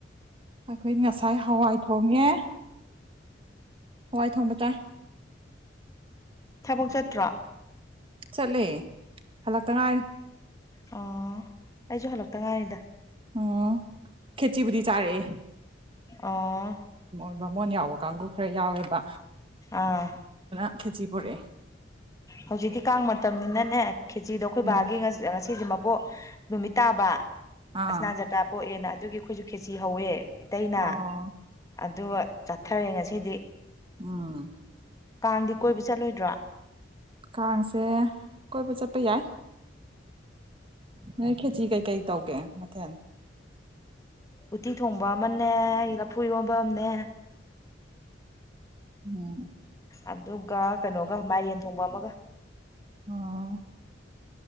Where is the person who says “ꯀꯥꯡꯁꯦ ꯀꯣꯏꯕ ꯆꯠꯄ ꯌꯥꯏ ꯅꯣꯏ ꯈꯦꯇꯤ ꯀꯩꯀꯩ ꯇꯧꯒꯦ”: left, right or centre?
Right